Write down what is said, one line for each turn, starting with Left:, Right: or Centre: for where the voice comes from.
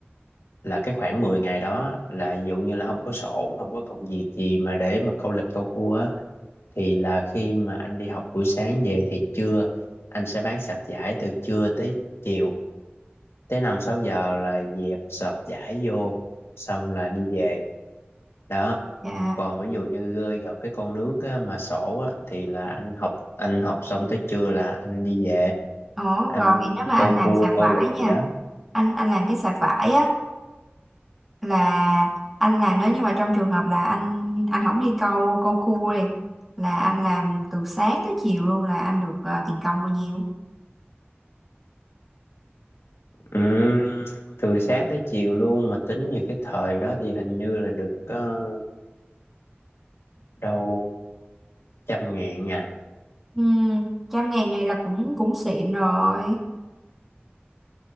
Left: là cái khoảng 10 ngày đó là ví dụ như là không có sổ không có công việc gì mà để mà câu lịch câu cua á thì là khi mà anh đi học buổi sáng về thì trưa anh sẽ bán sạp giải từ trưa tới chiều tới năm sáu giờ là dẹp sọt giải vô xong là đi về đó
Centre: dạ.
Left: còn ví dụ như ờ, gần cái con nước á, mà sổ á, thì là anh học anh học xong tới trưa là anh đi về
Centre: Ủa
Left: anh
Centre: rồi thì nếu mà
Left: câu
Centre: anh làm
Left: cua
Centre: sạp
Left: câu
Centre: vải
Left: lịch gì
Centre: nha,
Left: đó
Centre: anh anh làm cái sạp vải á là anh làm nếu như mà trong trường hợp là anh anh không đi câu câu cua đi là anh làm từ sáng tới chiều luôn là anh được ờ, tiền công bao nhiêu?
Left: Ừm, từ sáng tới chiều luôn mà tính như cái thời đó thì hình như là được ờ, đâu trăm ngàn ngày
Centre: Ừ, trăm ngàn này là cũng cũng xịn rồi.